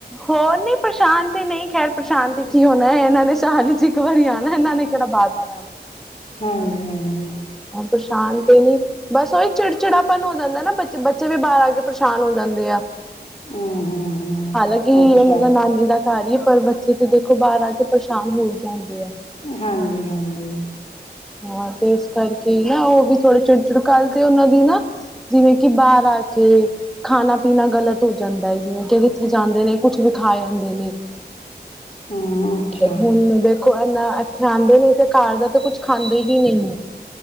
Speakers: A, in the centre; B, on the left.
A: ਹੋਰ ਨਹੀਂ ਪਰੇਸ਼ਾਨ ਤੇ ਨਹੀਂ ਖੈਰ ਪਰੇਸ਼ਾਨ ਤੇ ਕੀ ਹੋਣਾ ਇਹਨਾਂ ਨੇ ਸਾਲ ਵਿੱਚ ਇੱਕ ਵਾਰੀ ਆਉਣਾ ਇਹਨਾਂ ਨੇ। ਕਿਹੜਾ ਬਾਰ ਬਾਰ ਆਉਣਾ।
B: ਹਾਂਜੀ ਹਾਂਜੀ।
A: ਹਾਂ ਪਰੇਸ਼ਾਨ ਤੇ ਨੀ ਬਸ ਓਹੀ ਚਿੜਚਿੜਾਪਨ ਹੋ ਜਾਂਦਾ ਨਾ ਬੱਚੇ ਬੱਚੇ ਵੀ ਬਾਹਰ ਆ ਕੇ ਪਰੇਸ਼ਾਨ ਹੋ ਜਾਂਦੇ।
B: ਹਮ ਹਮ ਹਮ
A: ਹਾਲਾਂਕਿ
B: ਅੱਛਾ
A: ਉਹਨਾਂ ਦਾ ਨਾਨੀ ਦਾ ਘਰ ਹੀ ਏ ਪਰ ਬੱਚੇ ਤੇ ਦੇਖੋ ਬਾਹਰ ਆ ਕੇ ਪਰੇਸ਼ਾਨ ਹੋ ਹੀ ਜਾਂਦੇ ਆ।
B: ਹਾਂਜੀ ਹਾਂਜੀ
A: ਹਾਂ ਤੇ ਇਸ ਕਰਕੇ ਨਾ ਉਹ ਵੀ ਥੋੜੇ ਚਿੜ ਚਿੜ ਕਰਕੇ ਤੇ ਉਹਨਾਂ ਦੀ ਨਾ ਜਿਵੇਂ ਕਿ ਬਾਹਰ ਆ। ਹਜੇ ਖਾਣਾ ਪੀਣਾ ਗ਼ਲਤ ਹੋ ਜਾਂਦਾ ਹੈ ਜਿਵੇਂ ਕਿ ਕਿੱਥੇ ਜਾਂਦੇ ਨੇ ਕੁਛ ਵੀ ਖਾ ਆਦੇ ਨੇ।
B: ਹਮ ਅੱਛਾ
A: ਹੁਣ ਦੇਖੋ ਇਨਾ ਇੱਥੇ ਆਉਂਦੇ ਨੇ ਤੇ ਘਰ ਦਾ ਤੇ ਕੁਛ। ਖਾਂਦੇ ਵੀ ਨਹੀਂ ਹੈ